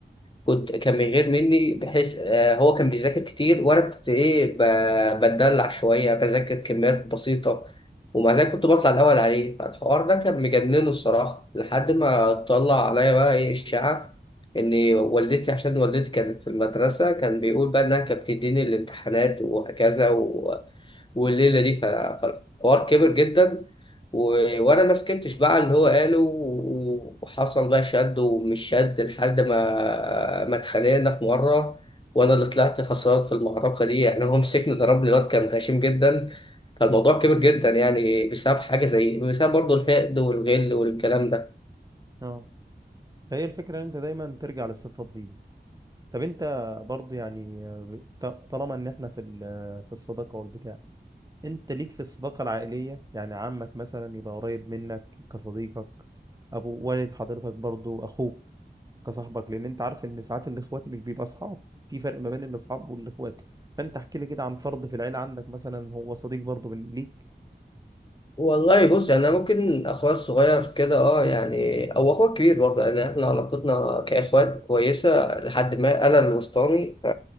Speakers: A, on the left; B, on the right.
A: كنت كان من غير مني بحيث آه، هو كان بيذاكر كتير وانا كنت ايه ب- بتدلع شويه بذاكر كميات بسيطه ومع ذلك كنت بطلع الاول عليه فالحوار ده كان مجننه الصراحه لحد ما طلع عليا بقى ايه اشاعه ان والدتي عشان والدتي كانت في المدرسه كان بيقول بقى انها كانت بتديني الامتحانات وهكذا و... والليله دي ف- فالحوار كبر جدا و- وانا ما سكتش بقى على اللي هو قاله و- وحصل بقى شد ومش شد لحد ما ما اتخانقنا في مره وانا اللي طلعت خسران في المعركه دي يعني هو مسكني ضربني الواد كان غشيم جدا فالموضوع كبر جدا يعني بسبب حاجه زي بسبب برضه الحقد والغل والكلام ده
B: اه فهي الفكرة ان انت دايما ترجع للصفات دي طب انت برضو يعني ط- طالما ان احنا في ال- في الصداقه والبتاع انت ليك في الصداقه العائليه يعني عمك مثلا يبقى قريب منك كصديقك ابو والد حضرتك برضو اخوك كصاحبك لان انت عارف ان ساعات الاخوات مش بيبقى اصحاب في فرق ما بين الاصحاب والاخوات فانت احكي لي كده عن فرد في العيله عندك مثلا هو صديق برضو من ليك
A: والله بص يعني انا ممكن اخويا الصغير كده اه يعني او اخويا الكبير برضه يعني احنا علاقتنا كاخوات كويسه لحد ما انا الوسطاني ف...